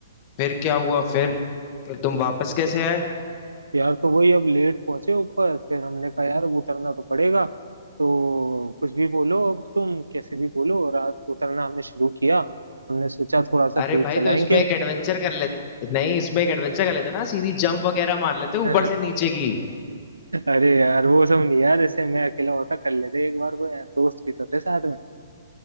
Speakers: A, on the left; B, on the right.
A: फिर क्या हुआ फिर फिर तुम वापस कैसे आए
B: यार तो वही अब लेट पहुंचे ऊपर फिर हमने कहा यार अब उतरना तो पड़ेगा तो कुछ भी बोलो अब तुम कैसे भी बोलो रात उतरना हमने शुरू किया हमने सोचा थोड़ा सा तेज
A: अरे भाई
B: चलाएंगे
A: तो इसमें एक एडवेंचर कर लेते नहीं इसमें एक एडवेंचर कर लेते ना सीधी जंप वगैरह मार लेते
B: <laughs>
A: ऊपर से नीचे की
B: अरे यार वो सब नहीं यार ऐसे मैं अकेला होता कर लेते एक बार को यार दोस्त भी तो थे साथ में